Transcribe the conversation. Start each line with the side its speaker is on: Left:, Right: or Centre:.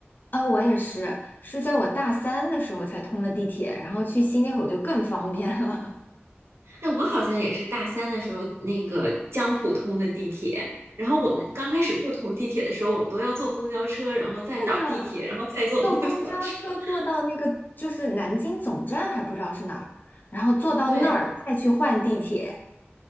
Left: 啊，我也是，是在我大三的时候才通了地铁，然后去新街口就更方便了。
Right: 哎，我好像也是大三的时候那个江浦通的地铁，然后我们刚开始不通地铁的时候，我们都要坐公交车，然后再倒地铁，
Left: <laughs> 是的，
Right: 然后再坐公交车。
Left: 坐公交车坐到那个就是南京总站还不知道是哪儿，
Right: <laughs>
Left: 然后坐到那儿再去换地铁。
Right: 对。